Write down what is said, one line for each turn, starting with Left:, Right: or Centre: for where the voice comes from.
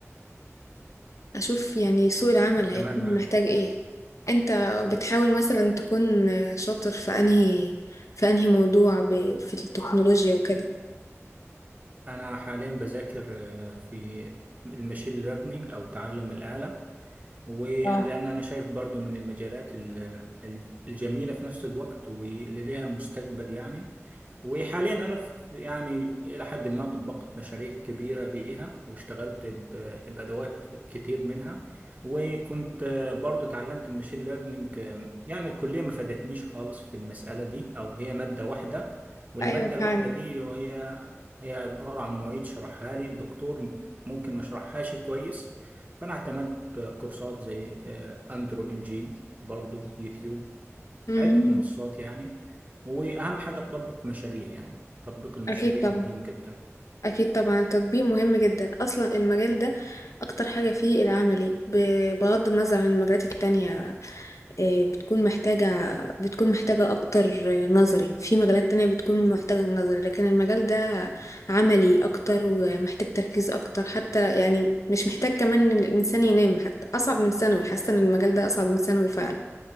Left: اشوف يعني سوق العمل هيكون
Right: تمام معاك
Left: محتاج ايه انت بتحاول مثلا تكون شاطر في انهي في انهي موضوع ب... في التكنولوجيا وكده
Right: انا حاليا بذاكر آه، في المشين ليرنينج او تعلم الاله ولأن
Left: اه
Right: أنا شايف برضو من المجالات ال- ال- الجميلة في نفس الوقت واللي ليها مستقبل يعني وحاليا أنا في يعني إلى حد ما طبقت مشاريع كبيرة بيها واشتغلت ب- بأدوات كتير منها وكنت آه، برضو اتعلمت الماشين ليرنينج آه، يعني الكلية ما فادتنيش خالص في المسألة دي أو هي مادة واحدة والمادة
Left: ايوه فعلا
Right: الواحدة دي وهي هي عبارة عن معيد شرحها لي الدكتور ممكن ما شرحهاش كويس فأنا اعتمدت كورسات زي آه، اندرو ان جي برضو يوتيوب
Left: مهم.
Right: عدة منصات يعني واهم حاجة تطبق مشاريع يعني تطبيق المشاريع
Left: اكيد طبعا
Right: مهم جدا
Left: اكيد طبعا التطبيق مهم جدا اصلا المجال ده اكتر حاجه فيه العملي ب- بغض النظر عن المجالات التانية آه، بتكون محتاجة بتكون محتاجة أكتر آه، نظري في مجالات تانية بتكون محتاجة نظري لكن المجال ده عملي أكتر ومحتاج تركيز أكتر حتى يعني مش محتاج كمان إن الإنسان ينام حتى أصعب من ثانوي حاسة إن المجال ده أصعب من ثانوي فعلا